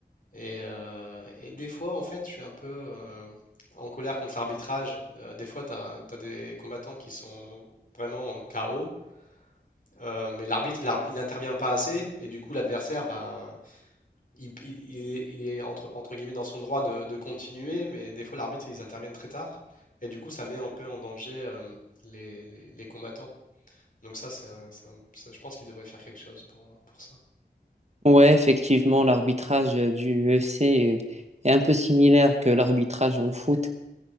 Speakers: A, on the left (about 50°); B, on the right (about 40°).
A: Et, euh, et des fois, en fait, je suis un peu euh, en colère contre l'arbitrage. Euh, des fois, tu as, des combattants qui sont vraiment KO, euh, mais l'arbitre, il ar- il n'intervient pas assez. Et du coup, l'adversaire, ben, il, il- il est, il est entre, entre guillemets dans son droit de, de continuer, mais des fois, l'arbitre, ils interviennent très tard. Et du coup, ça met un peu en danger euh, les, les- les combattants. Donc ça, c'est un- c'est un- ça, je pense qu'il devrait faire quelque chose pour, pour ça.
B: Ouais, effectivement, l'arbitrage euh, du UFC euh, est est un peu similaire que l'arbitrage en foot.